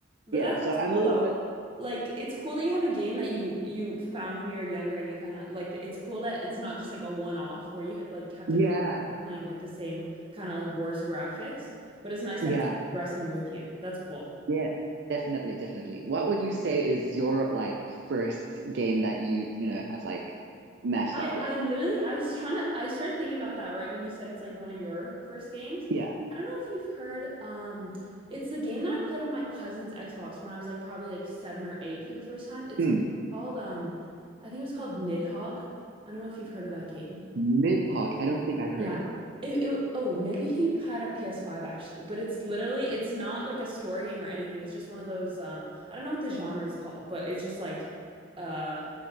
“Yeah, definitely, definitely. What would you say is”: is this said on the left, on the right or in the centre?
Right